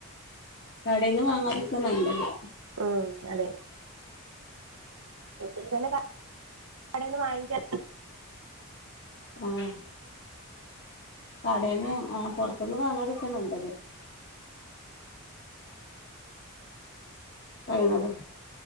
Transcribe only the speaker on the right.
ഉം അതെ ഒത്തിരി തന്നെ ക കടെന്ന് വാങ്ങിക്കാ